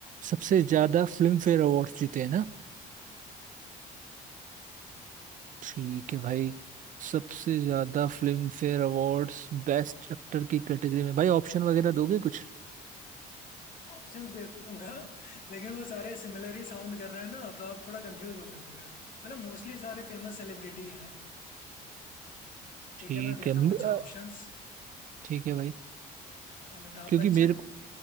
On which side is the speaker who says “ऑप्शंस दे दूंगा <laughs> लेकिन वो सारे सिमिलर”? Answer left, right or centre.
Left